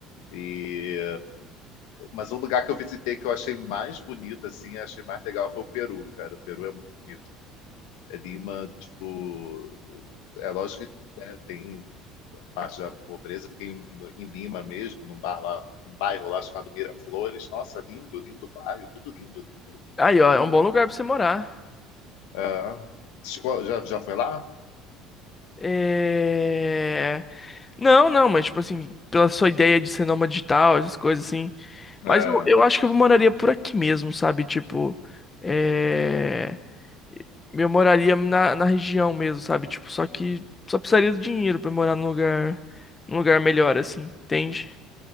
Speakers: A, on the left; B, on the left.
A: E, mas um lugar que eu visitei que eu achei mais bonito, assim, achei mais legal foi o Peru, cara. O Peru é muito bonito. É Lima, tipo, é lógico que né, tem parte da pobreza. Fiquei em, no- em Lima mesmo, num bar lá, um bairro lá chamado Miraflores. Nossa, lindo, lindo bairro, tudo lindo, lindo.
B: Aí, ó, é um bom lugar pra você morar.
A: É, chegou- já, já foi lá?
B: É... Não, não, mas tipo assim, pela sua ideia de ser nômade digital, essas coisas assim.
A: É,
B: Mas eu, eu acho que eu moraria por aqui mesmo, sabe? Tipo, é... eu moraria na, na região mesmo, sabe? Tipo, só que só precisaria do dinheiro pra morar num lugar, num lugar melhor, assim, entende?